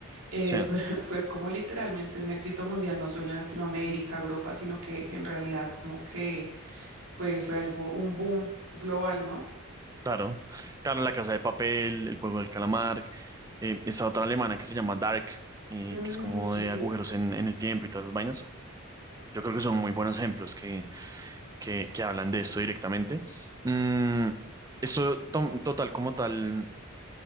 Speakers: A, on the right (about 80°); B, on the right (about 15°).
A: eh,
B: Sí,
A: fue, <laughs> fue como literalmente un éxito mundial, no solo en Latinoamérica, Europa, sino que en realidad como que fue, fue algo, un boom global, ¿no?
B: claro. Claro, La Casa de Papel, El Juego del Calamar, eh, esa otra alemana que se llama Dark, eh,
A: Mm,
B: que es como
A: sí,
B: de
A: sí.
B: agujeros en, en el tiempo y todas esas vainas. Yo creo que son muy buenos ejemplos que, que, que hablan de esto directamente. Mm, esto, to- total como tal.